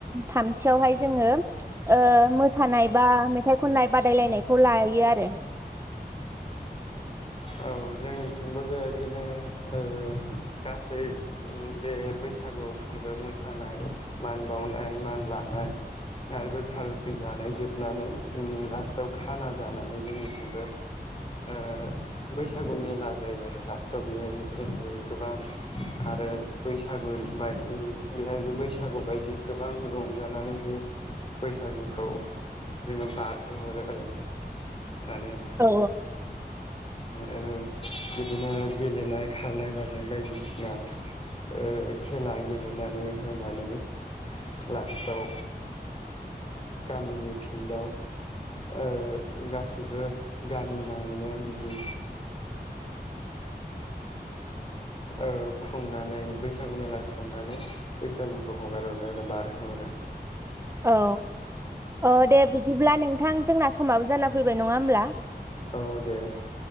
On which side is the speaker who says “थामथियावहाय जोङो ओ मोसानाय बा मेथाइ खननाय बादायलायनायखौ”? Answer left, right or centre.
Right